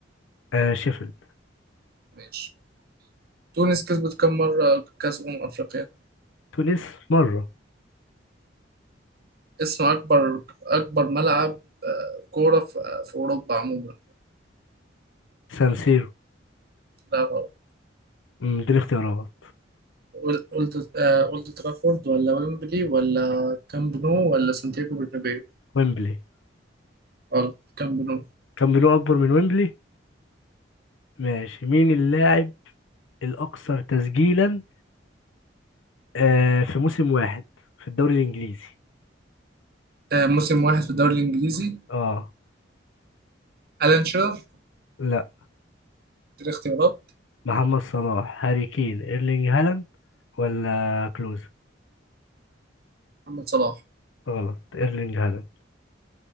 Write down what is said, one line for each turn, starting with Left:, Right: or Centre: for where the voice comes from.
Left: آه. شيفيلد
Right: ماشي تونس كسبت كم مرة كأس أمم أفريقيا
Left: تونس مرة
Right: اسم أكبر أكبر ملعب آه، كورة في آه، في أوروبا عموما
Left: سانسيرو
Right: لا غلط
Left: مم، اديني اختيارات
Right: أول- أولد آه، أولد ترافورد ولا ويمبلي ولا كامب نو ولا سانتياغو برنابيو
Left: ويمبلي
Right: غلط كامب نو
Left: كان بينه أكبر من ويمبلي ماشي مين اللاعب الأكثر تسجيلا آه في موسم واحد في الدوري الإنجليزي
Right: آه، موسم واحد في الدوري الإنجليزي
Left: اه
Right: ألان شيرر
Left: لا
Right: الاختيارات
Left: محمد صلاح هاري كين ايرلينج هالاند ولا كلوز
Right: محمد صلاح
Left: غلط ايرلينج هالاند